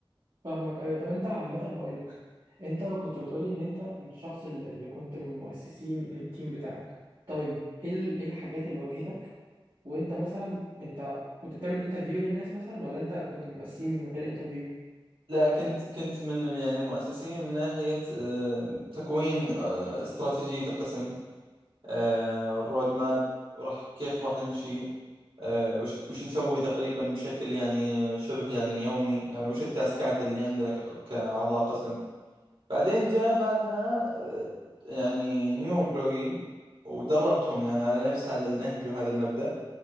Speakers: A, on the right (about 60°); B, on the right (about 75°).
A: فاهمك ايوه طب انت عامة هقول لك انت كنت بتقولي ان انت الشخص ال- اللي كنت من مؤسسين التيم بتاعك طيب ايه ال- إيه الحاجات اللي واجهتك وانت مثلا انت كنت بتعمل انترفيو للناس مثلا ولا انت كنت من مؤسسين من غير انترفيو
B: لا كنت كنت من يعني مؤسسين من ناحية آه، تكوين آه، استراتيجية القسم آه، الرود ماب وراح كيف راح نمشي آه، وش وش نسوي تقريبا بشكل يعني شبه يعني يومي يعني وش التاسكات اللي عندنا كق- كأعضاء قسم بعدين جاء بعدها آه، يعني نيو امبلوي ودربتهم يعني على نفس هذا النهج وهذا المبدأ